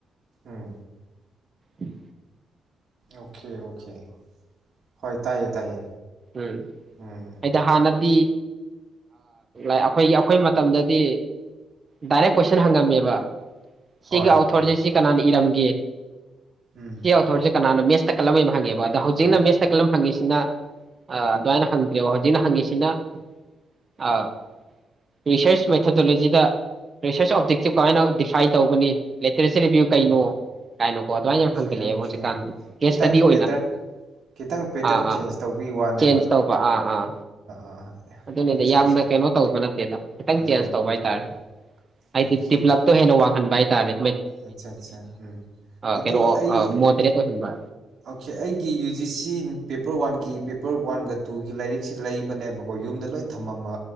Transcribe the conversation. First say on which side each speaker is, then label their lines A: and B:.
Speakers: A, on the right; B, on the right.
A: ꯎꯝ
B: ꯎꯝ
A: ꯑꯣꯀꯦ ꯑꯣꯀꯦ ꯍꯣꯏ ꯇꯥꯏꯌꯦ ꯇꯥꯏꯌꯦ
B: ꯎꯝ
A: ꯎꯝ
B: ꯑꯩꯗ ꯍꯥꯟꯅꯗꯤ ꯑꯩꯈꯣꯏꯒꯤ ꯑꯩꯈꯣꯏ ꯃꯇꯝꯗꯗꯤ ꯗꯥꯏꯔꯦꯛ ꯀꯣꯏꯁꯟ ꯍꯪꯉꯝꯃꯦꯕ ꯁꯤꯒꯤ
A: ꯍꯣꯏ
B: ꯑꯥꯎ
A: ꯍꯣꯏ
B: ꯊꫭꯔꯖꯦ ꯁꯤ ꯀꯅꯥꯅ ꯏꯔꯝ ꯒꯦ
A: ꯎꯝ
B: ꯁꯤ ꯑꯥꯎ ꯊꫭꯔꯁꯦ ꯀꯅꯥꯅꯣ ꯃꯦꯁ ꯇ ꯀꯂꯝ ꯌꯥꯝ ꯍꯪꯉꯦꯕ ꯑꯗ ꯍꯧꯖꯤꯛꯅ
A: ꯎꯝ
B: ꯃꯦꯁ ꯇ ꯀꯂꯝ ꯍꯪꯉꯤꯁꯤꯅ ꯑ ꯗꯨꯃꯥꯏꯅ ꯍꯪꯗ꯭ꯔꯦꯕ ꯍꯧꯖꯤꯛꯅ ꯍꯪꯉꯤꯁꯤꯅ ꯑ ꯔꯤꯁꯔꯁ ꯃꯦꯊꯗꯣꯂꯣꯖꯤꯗ ꯔꯤꯁꯔꯁ ꯑꯣꯞꯖꯦꯛꯇꯤꯞ ꯀꯃꯥꯏꯅ ꯗꯤꯐꯥꯏꯟ ꯇꯧꯒꯅꯤ ꯇꯦꯔꯦꯁꯤꯌꯦꯜꯔꯤꯕꯤꯌꯨ ꯀꯩꯅꯣ
A: ꯎꯝ ꯎꯝ
B: ꯀꯥꯏꯅꯣꯀꯣ ꯑꯗꯨꯃꯥꯏꯅ
A: ꯑꯣꯀꯦ
B: ꯌꯥꯝ ꯍꯪꯒꯠꯂꯛ
A: ꯑꯣꯀꯦ
B: ꯑꯦꯕ ꯍꯧꯖꯤꯛꯀꯥꯟꯗꯤ ꯀꯦꯁ
A: ꯈꯤꯇꯪ
B: ꯁ꯭ꯇꯗꯤ ꯑꯣꯏꯅ
A: ꯄꯦꯇꯔꯟ ꯈꯤꯇꯪ ꯄꯦꯇꯔꯟ
B: ꯑꯥ
A: ꯆꯦꯟꯖ
B: ꯑꯥ
A: ꯇꯧꯕꯒꯤ ꯋꯥꯅꯦꯕ
B: ꯆꯦꯟꯖ ꯇꯧꯕ ꯑꯥ ꯑꯥ
A: ꯑꯥ
B: ꯑꯗꯨꯅꯤꯗ
A: ꯑꯠꯆꯥ
B: ꯌꯥꯝꯅ
A: ꯑꯠꯆꯥ
B: ꯀꯩꯅꯣ ꯇꯧꯕ ꯅꯠꯇꯦꯗ ꯈꯤꯇꯪ
A: ꯑꯥ
B: ꯆꯦꯟꯖ ꯇꯧꯕ
A: ꯎꯝ
B: ꯍꯥꯏ
A: ꯎꯝ
B: ꯇꯔꯦ ꯍꯥꯏꯗꯤ
A: ꯑꯣꯀꯦ ꯑꯣꯀꯦ
B: ꯗꯤꯕꯂꯞꯇꯣ ꯍꯦꯟꯅ ꯋꯥꯡꯍꯟꯕ ꯍꯥꯏ ꯇꯔꯦ
A: ꯑꯠꯆꯥ ꯆꯥ ꯎꯝ ꯑꯗꯣ
B: ꯀꯩꯅꯣ
A: ꯑꯩ
B: ꯃꯣꯗꯔꯦꯠ ꯑꯣꯏꯍꯟꯕ
A: ꯑꯣꯀꯦ ꯑꯩꯒꯤ ꯌꯨ ꯖꯤ ꯁꯤ ꯄꯦꯄꯔ ꯋꯥꯟꯒꯤ ꯄꯦꯄꯔ ꯋꯥꯟꯒ ꯇꯨꯒꯤ ꯂꯥꯏꯔꯤꯛꯁꯤ ꯂꯩꯕꯅꯦꯕꯀꯣ ꯌꯨꯝꯗ ꯂꯣꯏ ꯊꯝꯃꯝꯕ